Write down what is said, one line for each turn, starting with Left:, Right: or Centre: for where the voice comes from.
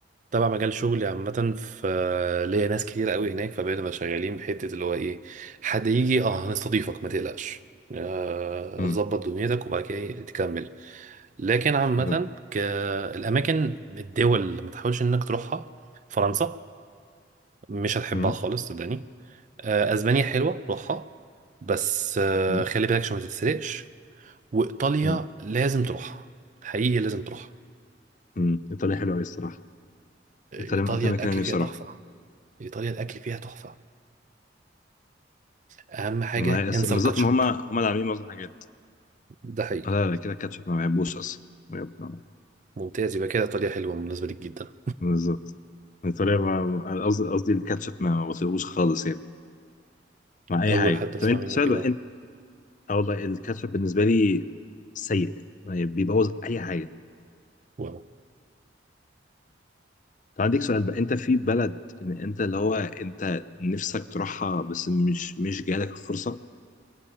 Right: تبع مجال شغلي عامة ف ليا ناس كتير قوي هناك فبقينا بقى شغالين بحتة اللي هو ايه حد يجي اه هنستضيفك ما تقلقش آه،
Left: امم
Right: ظبط دنيتك وبعد كده إيه، تكمل لكن عامة
Left: بالظبط.
Right: ك- الأماكن الدول اللي ما تحاولش إنك تروحها فرنسا مش هتحبها
Left: امم
Right: خالص صدقني آه، أسبانيا حلوة روحها بس آه،
Left: امم
Right: خلي بالك عشان ما تتسرقش وإيطاليا
Left: امم
Right: لازم تروحها حقيقي لازم تروحها
Left: امم. ايطاليا حلوه قوي الصراحه ايطاليا
Right: ايطاليا
Left: من اكتر
Right: الاكل
Left: مكان نفسي
Right: فيها تحفه
Left: اروح
Right: ايطاليا الاكل فيها تحفه اهم حاجه
Left: ما هي
Right: انسى
Left: أس- بالظبط
Right: الكاتشب
Left: ما هم هم اللي عاملين معظم الحاجات
Right: ده حقيقي
Left: آه لا لا كده الكاتشب ما بحبوش اصلا بجد.
Right: ممتاز يبقى كده ايطاليا حلوه بالنسبه ليك جدا
Left: بالظبط ايطاليا ما- قصدي قصدي الكاتشب ما بطيقوش خالص يعني مع اي
Right: اول
Left: حاجه
Right: حد اسمع
Left: طب انت
Right: منه
Left: سؤال
Right: كده
Left: بقى انت اه والله الكاتشب بالنسبه لي سيء يعني بيبوظ اي حاجه
Right: واو
Left: فعندك سؤال بقى انت في بلد ان انت اللي هو انت نفسك تروحها بس مش مش جالك الفرصة